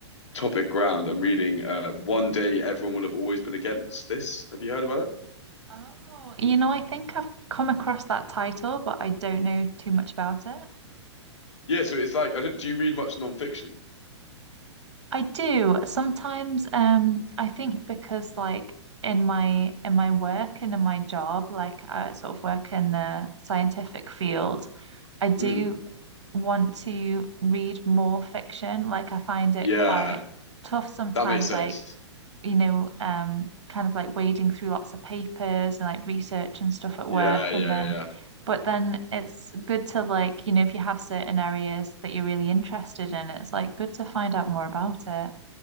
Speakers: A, on the left; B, on the right.
A: topic ground. I'm reading uh One Day Everyone Will Have Always Been Against This. Have you heard about it?
B: Oh, You know, I think I've come across that title, but I don't know too much about it.
A: Yeah, so it's like I don't, do you read much non-fiction?
B: I do sometimes. Um, I think because like in my in my work and in my job, like I sort of work in the scientific field, I do
A: Mm,
B: want to read more fiction. Like I find it
A: yeah,
B: quite tough sometimes.
A: that makes sense.
B: Like you know, um, kind of like wading through lots of papers and like research and stuff at
A: Yeah,
B: work.
A: yeah,
B: And then,
A: yeah. yeah.
B: but then it's good to like, you know, if you have certain areas that you're really interested in, it's like good to find out more about it.